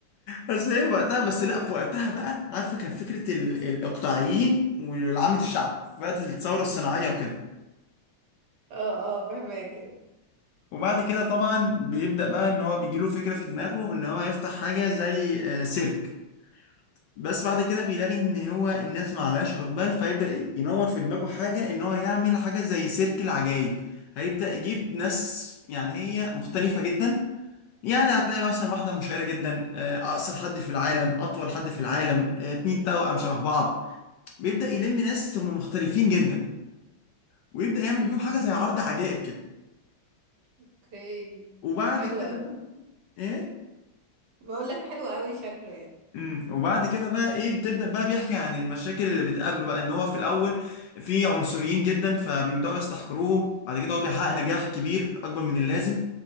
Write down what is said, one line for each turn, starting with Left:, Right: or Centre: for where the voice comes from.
Left: بس هي وقتها بس لا
Right: <laughs>
Left: في وقتها بقى عارفه كان فكره ال... الاقطاعيين وعامه الشعب في وقت الثوره الصناعيه وكده
Right: اه اه فهماك
Left: وبعد كده طبعا بيبدا بقى ان هو بيجيله فكره في دماغه ان هو يفتح حاجه زي آه، سيرك بس بعد كده بيلاقي ان هو الناس ما عليهاش اقبال فيبدا ينور في دماغه حاجه ان هو يعمل حاجه زي سيرك العجايب هيبدا يجيب ناس يعني هي مختلفه جدا يعني هتلاقي مثلا واحدة مشهورة جدا آه، أقصر حد في العالم أطول حد في العالم آه، اتنين توأم شبه بعض بيبدأ يلم ناس ثم مختلفين جدا ويبدأ يعمل
Right: امم
Left: بيهم حاجة زي عرض عجائب كده
Right: اوكي
Left: وبعد
Right: حلو
Left: كده
Right: قوي
Left: بقى ايه
Right: بقول لك حلو قوي شكله يعني
Left: امم وبعد كده بقى ايه بتبدأ بقى بيحكي عن المشاكل اللي بتقابله بقى ان هو في الاول في عنصريين جدا فبيبدأوا يستحقروهم بعد كده هو بيحقق نجاح كبير اكبر من اللازم